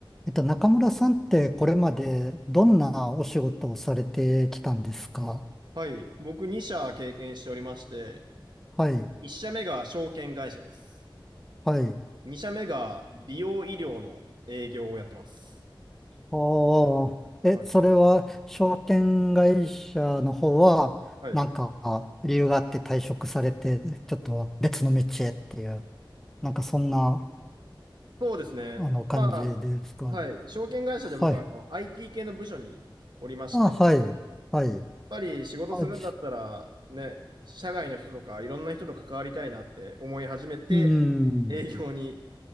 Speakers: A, in the centre; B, on the right (about 60°).
A: えっと、中村さんってこれまでどんなお仕事をされてきたんですか
B: はい。僕2社経験しておりまして、
A: はい、
B: 1社目が証券会社です。
A: はい。
B: 2社目が美容医療の営業をやってます。
A: ああ、え、
B: はい。
A: それは証券会社の方は、
B: はい。
A: なんか理由があって退職されて、ちょっと別の道へっていう、なんかそんな、
B: そうですね。
A: あの、感じですか
B: まあ、はい。証券会社で僕はあの
A: はい。
B: IT 系の部署におりまして、
A: あ、はい、
B: やっ
A: はい。
B: ぱり仕事するんだったら、
A: あ、じ
B: ね、社外の人とかいろんな人と関わりたいなって思い始めて、
A: うーん。
B: 営業に